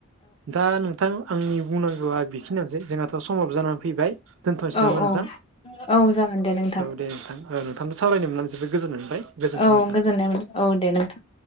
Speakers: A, on the right; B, on the left.
A: दा नोंथां आंनि बुंनांगौआ बिखिनियानोसै जोंहाथ' समाबो जाना फैबाय। दोनथ'नोसै
B: औ
A: नामा
B: औ
A: नोंथां?
B: औ औ जागोन दे नोंथां
A: औ दे नोंथां औ नोंथांजों सावरायनो मोननानै जोबोद गोजोननाय मोनबाय गोजोनथों
B: औ
A: नोंथां।
B: गोजोननाय मोन औ दे नोंथां।